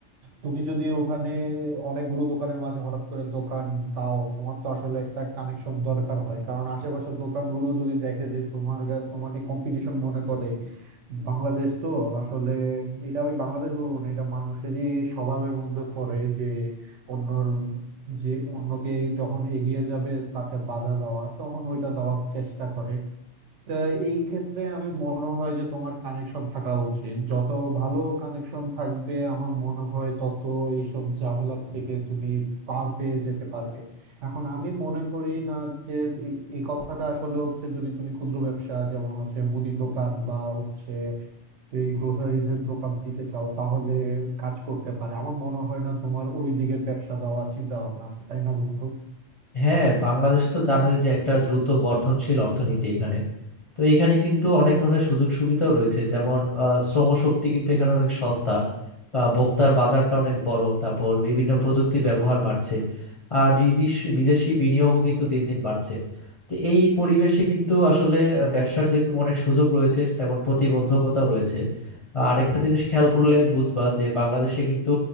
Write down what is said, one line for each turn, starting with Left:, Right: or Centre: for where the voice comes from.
Right: তুমি যদি ওখানে অনেকগুলো দোকানের মাঝে হঠাৎ করে দোকান দাও তোমার তো আসলে একটা কানেকশন দরকার হয় কারণ আশেপাশের দোকানগুলো যদি দেখে যে তোমার গা- তোমাকে কম্পিটিশন মনে করে বাংলাদেশ তো আসলে এটা আমি বাংলাদেশ বলবো না এটা মানুষেরই স্বভাবের মধ্যে পড়ে যে অন্যর যে অন্যকে যখন এগিয়ে যাবে তাকে বাধা দেওয়া তখন ওইটা দেওয়ার চেষ্টা করে তা এই ক্ষেত্রে আমি মনে হয় যে তোমার কানেকশন থাকা উচিত যত ভালো কানেকশন থাকবে আমার মনে হয় তত এইসব ঝামেলা থেকে তুমি পার পেয়ে যেতে পারবে এখন আমি মনে করি না যে এই এই কথাটা আসলে হচ্ছে যদি তুমি ক্ষুদ্র ব্যবসা যেমন হচ্ছে মুদি দোকান বা হচ্ছে এই গ্রোসারিজ এর দোকান দিতে চাও তাহলে কাজ করতে পারে আমার মনে হয় না তোমার ওই দিকে ব্যবসা দেওয়ার চিন্তা ভাবনা আছে তাই না বন্ধু
Left: হ্যাঁ বাংলাদেশ তো জানোই যে একটা দ্রুত বর্ধনশীল অর্থনীতি এখানে তো এখানে কিন্তু অনেক ধরনের সুযোগ সুবিধাও রয়েছে যেমন আহ, শ্রমশক্তি কিন্তু এখানে অনেক সস্তা বা ভোক্তার বাজারটা অনেক বড় তারপর বিভিন্ন প্রযুক্তি ব্যবহার বাড়ছে আর বিদেশ বিদেশি বিনিয়োগও কিন্তু দিন দিন বাড়ছে তো এই পরিবেশে কিন্তু আসলে আহ, ব্যবসার যে অনেক সুযোগ রয়েছে তেমন প্রতিবন্ধকতাও রয়েছে আর একটা জিনিস খেয়াল করলে বুঝবা যে বাংলাদেশে কিন্তু